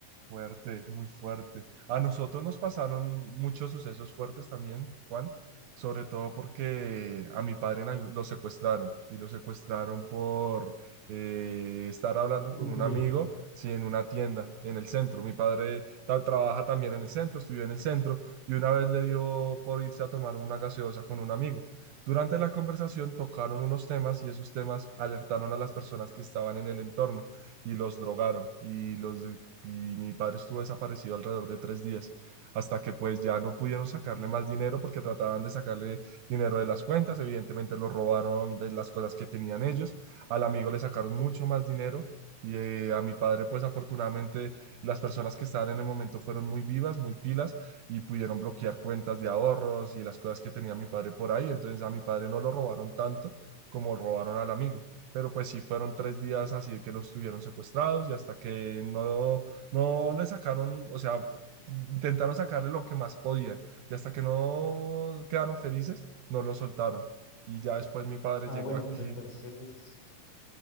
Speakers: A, on the right; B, on the left.
A: Fuerte, muy fuerte. A nosotros nos pasaron muchos sucesos fuertes también, Juan, sobre todo porque a mi padre en algún- lo secuestraron y lo secuestraron por eh, estar hablando
B: Uy.
A: con un amigo, sí, en una tienda, en el centro. Mi padre ta- trabaja también en el centro, estudió en el centro y una vez le dio por irse a tomar una gaseosa con un amigo. Durante la conversación tocaron unos temas y esos temas alertaron a las personas que estaban en el entorno y los drogaron y los y mi padre estuvo desaparecido alrededor de tres días, hasta que pues ya no pudieron sacarle más dinero porque trataban de sacarle dinero de las cuentas, evidentemente lo robaron de las cosas que tenían ellos, al amigo le sacaron mucho más dinero. Y eh, a mi padre, pues afortunadamente las personas que estaban en el momento fueron muy vivas, muy pilas y pudieron bloquear cuentas de ahorros y las cosas que tenía mi padre por ahí. Entonces a mi padre no lo robaron tanto como robaron al amigo. Pero pues sí fueron tres días así de que los tuvieron secuestrados y hasta que no no le sacaron, o sea, intentaron sacarle lo que más podían y hasta que no quedaron felices, no lo soltaron. Y ya después mi padre
B: Ah,
A: llegó
B: bueno,
A: aquí.
B: pero entonces,